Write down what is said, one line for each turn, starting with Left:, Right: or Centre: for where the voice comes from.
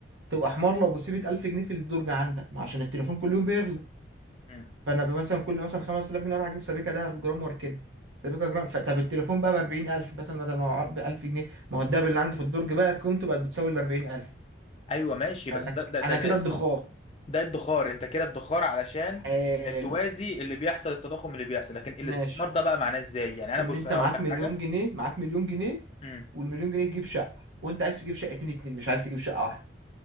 Right: تبقى حمار لو بسيبت 1000 جنيه في الدرج عندك ما عشان التليفون كل يوم بيغلى
Left: مم.
Right: فانا ب- مثلا كل مثلا 5000 جنيه اروح اجيب سبيكه ده بجرام واركنها سبيكه جرام فطب التليفون بقى ب 40000 مثلا بدل ما ب 1000 جنيه ما هو الدهب اللي عندي في الدرج بقى قيمته بقت بتساوي ال 40000
Left: ايوه ماشي
Right: فانا
Left: بس ده ده ده,
Right: انا
Left: ده
Right: كده
Left: اسمه
Right: ادخار
Left: ده ادخار انت كده ادخار علشان
Right: حلو
Left: توازي اللي بيحصل التضخم اللي بيحصل لكن الاستثمار
Right: ماشي
Left: ده بقى معناه ازاي يعني انا
Right: ان
Left: بص
Right: انت
Left: انا
Right: معاك
Left: اقول لك
Right: مليون
Left: حاجه
Right: جنيه معاك مليون جنيه
Left: مم.
Right: والمليون جنيه تجيب شقه وانت عايز تجيب شقتين اتنين مش عايز تجيب شقه واحده